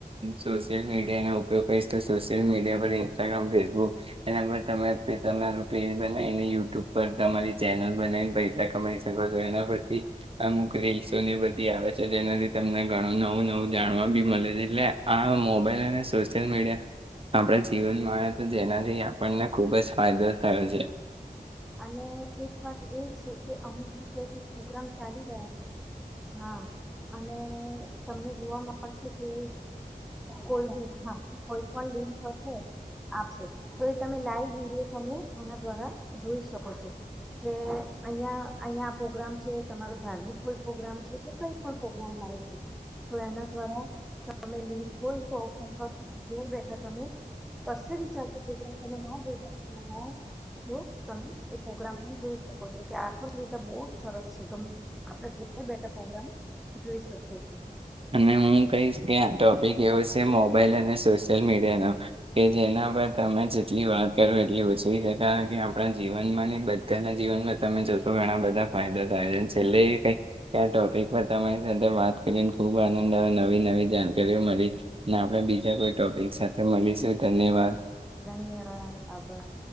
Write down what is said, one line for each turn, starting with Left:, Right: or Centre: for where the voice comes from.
Right: સોશિયલ મીડિયાનો ઉપયોગ કરીહીશ તો સોશિયલ મીડિયા પર ઇન્સ્ટાગ્રામ ફેસબુક એના પર તમે તમારું રીલ બનાવીને યુટ્યુબ પર તમારી ચેનલ બનાવીને પૈસા કમાઈ શકો છો એના પરથી અમુક રીલ્સોને બધી આવે છે જેના લી ધે તમને ઘણું નવું નવું જાણવા બી મળે છે એટલે આ મોબાઈલ અને સોશિયલ મીડિયા આપણા જીવનમાં જેનાથી આપણને ખુબ જ ફાયદો થયો છે.
Centre: અને એક વાત એ છે. કે અમુક જગ્યા કે પ્રોગ્રામ ચાલી રહ્યા છે. હા. અને તમને જોવા મળશે કે કોઈ કોઈ પણ લિંક હશે આપશે તો એ તમે લાઈવ વિડીયો તમે એના દ્વારા જોઈ શકો છો. કે અહીં અહીયા પોગ્રામ જે તમારો ધાર્મિક કોઈ પ્રોગ્રામ છે કે કઈ પણ પ્રોગ્રામ લાઈવ છે તો એના દ્વારા તમે લિંક ખોલશો તો <unintelligible> ઘર બેઠા તમે કસે બી ચાલતી પ્રગ્રામ તમે ના જોઈ શકશો હ તમે એ પ્રોગ્રામ પણ જોઈ શકો છો. કે આખ સુવિધા બહ જ સરસ છે આપે ઘ બેઠા પ્રગ્રામ જોઈ શકીછે.
Right: અને હું કહીશ કે ટોપિક એવો છે મોબાઈલ અને સોસ સશલ મીડિયા ન કે જેના પર તમે જેટલી વાત કરો એટલી ઓછી સે કારણ કે આપણા જીવનમાં ને બધાના જીવનમાં તમે જો ઘણા બધા ફાયદા થાયને છેલ્લે કઈ ક્યા ટોપિક બતા માય સાથે વાત કરી. ખૂબ આનંદ આવે નવી નવી જાણકારીઓ મળી ને આપણે બીજા કોઈ ટોપિક સાથે મળીશું. ધન્યવાદ.
Centre: ધન્યવાદ. આભાર.